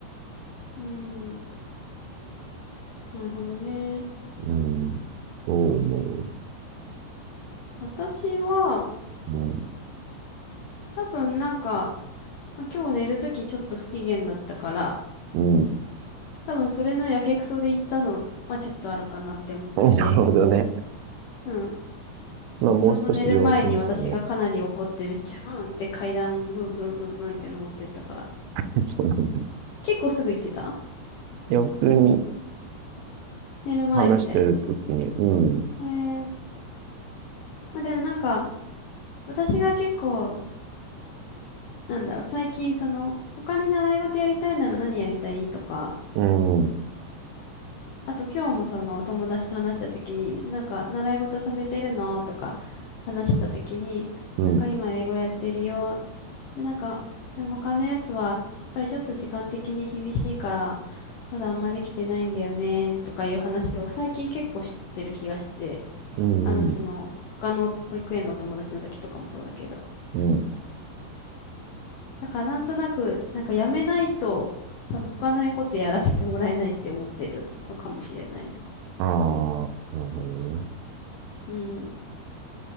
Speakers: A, on the left (about 80°); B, on the right (about 85°).
A: うん。なるほどね。
B: うん。どう思う
A: 私は、
B: う
A: 多分なんか、まあ、今日寝るときちょっと不機嫌だったから、
B: ん。うん。
A: 多分それのやけくそで行ったのはちょっとあるかなって思ってて。
B: <laughs> なるほどね。
A: うん。
B: まあ、もう少し様子見ても。
A: ちょうど寝る前に私がかなり怒ってめっちゃバーンって階段をブンブンブンブンって登ってったから。
B: <laughs> そうなんだ。
A: 結構すぐ行ってた
B: いや、普通に
A: 寝る前みたいな。
B: 話してるときに、うん、
A: えー、まあ、でもなんか私が結構なんだろう最近その他に習い事やりたいなら何やりたいとか
B: うん、うん、
A: あと今日もその友達と話した時に、なんか習い事させてるのとか話した時に、
B: うん、
A: なんか今英語やってるよ。で、なんか、でも他のやつは、やっぱりちょっと時間的に厳しいから、まだあんまできてないんだよね、とかいう話を最近結構してる気がして、
B: うん。
A: あの、その、他の保育園のお友達の時とかもそうだけど。
B: うん
A: だからなんとなく、なんかやめないと、多分他のことやらせてもらえないって思ってるのかもしれないね。
B: ああ、なるほどね。
A: うん。